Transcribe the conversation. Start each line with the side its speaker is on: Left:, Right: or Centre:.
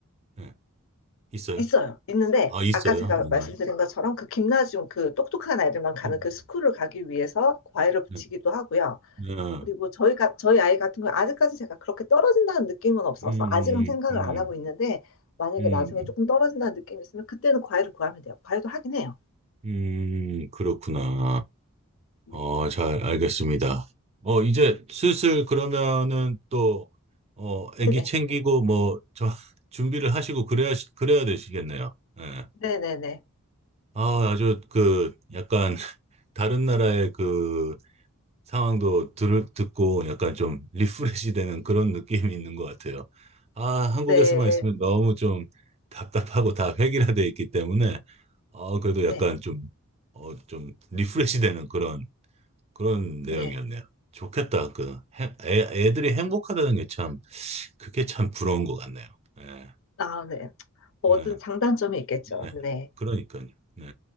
Right: 예, 있어요?
Left: 있어요. 있는데
Right: 아, 있어요.
Left: 아까 제가
Right: 음,
Left: 말씀드린 것처럼 그 김나지움 그 똑똑한 아이들만 가는
Right: 음,
Left: 그 스쿨을 가기 위해서 과외를 붙이기도
Right: 네.
Left: 하고요.
Right: 네.
Left: 그리고 저희가 저희 아이 같은 경우 아직까지 제가 그렇게 떨어진다는 느낌은 없어서
Right: 음,
Left: 아직은 생각을
Right: 음,
Left: 안 하고 있는데 만약에
Right: 음,
Left: 나중에 조금 떨어진다는 느낌이 있으면 그때는 과외를 구하면 돼요. 과외도 하긴 해요.
Right: 음, 그렇구나.
Left: 네.
Right: 어, 잘 알겠습니다. 어, 이제 슬슬 그러면은 또, 어, 애기
Left: 네네.
Right: 챙기고 뭐, 저, <laughs> 준비를 하시고 그래야, 그래야 되시겠네요. 예.
Left: 네네네.
Right: 아, 아주 그 약간 <laughs> 다른 나라의 그 상황도 들, 듣고 약간 좀 리프레시 되는 그런 느낌이 있는 것 같아요. 아, 한국에서만
Left: 네.
Right: 있으면 너무 좀 답답하고 다 획일화돼 있기 때문에 어, 그래도
Left: 네.
Right: 약간 좀, 어, 좀 리프레시 되는 그런 그런 내용이었네요.
Left: 네.
Right: 좋겠다. 그 해- 애, 애들이 행복하다는 게 참 그게 참 부러운 것 같네요. 예,
Left: 아, 네. 뭐든
Right: 예.
Left: 장단점이 있겠죠.
Right: 네,
Left: 네.
Right: 그러니까요. 네.